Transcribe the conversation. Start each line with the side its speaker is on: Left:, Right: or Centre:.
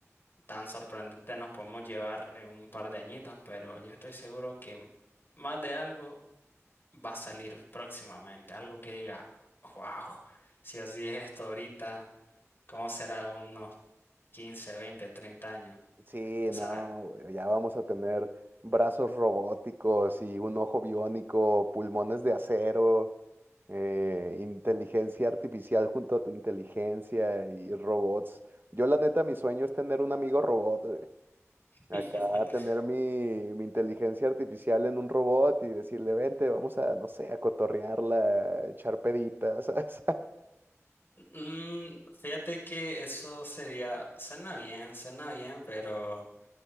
Left: tan sorprendente nos podemos llevar en un par de añitos, pero yo estoy seguro que más de algo va a salir próximamente, algo que diga, wow, si así es esto ahorita, ¿cómo será de unos 15, 20, 30 años?
Right: Sí,
Left: Tú sabes.
Right: no, güey, ya vamos a tener brazos robóticos y un ojo biónico, pulmones de acero, eh, inteligencia artificial junto a tu inteligencia y robots. Yo la neta, mi sueño es tener un amigo robot, Acá
Left: <laughs>
Right: tener mi, mi inteligencia artificial en un robot y decirle, vente, vamos a, no sé, a cotorrearla, a echar peditas, <laughs> ¿sabes?
Left: Mm, fíjate que eso sería, suena bien, suena bien, pero